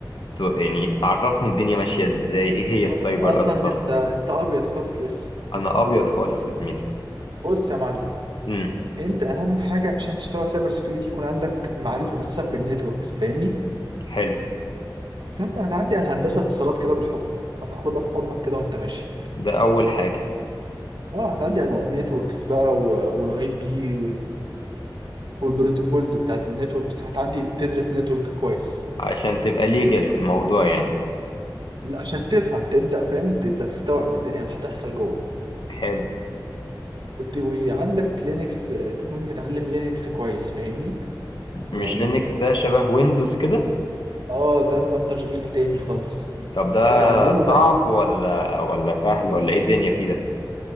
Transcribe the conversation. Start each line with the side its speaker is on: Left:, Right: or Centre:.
Left: ت- يعني تعرفني الدنيا ماشيه ازاي ايه هي
Right: اه
Left: السايبر
Right: انت اصلا
Left: اصلا
Right: انت انت ابيض خالص لسه
Left: انا ابيض خالص يا زميلي
Right: بص يا معلم
Left: امم
Right: انت اهم حاجة عشان تشتغل سايبر سيكيورتي يكون عندك معرفة اساسا بالنتوركس فاهمني
Left: حلو
Right: فانت هتعدي على هندسة اتصالات كده بالحب هتاخدها في حضنك كده وانت ماشي
Left: ده اول حاجه
Right: اه هتعدي على النتوركس بقى والاي بي والبروتوكولز بتاعت النتوركس هتعدي تدرس نتورك كويس
Left: عشان تبقى ليجل في الموضوع يعني
Right: لا عشان تفهم تبدأ فاهم تبدأ تستوعب الدنيا اللي هتحصل جوه
Left: حلو
Right: وت- وعندك لينكس تكون متعلم لينكس كويس فاهمني
Left: مش
Right: يعني
Left: لينكس ده شبه ويندوز كده
Right: اه ده نظام تشغيل تاني خالص
Left: طب ده
Right: تتعلمه
Left: صعب
Right: بقى ايه
Left: ولا ولا سهل ولا ايه الدنيا فيه ده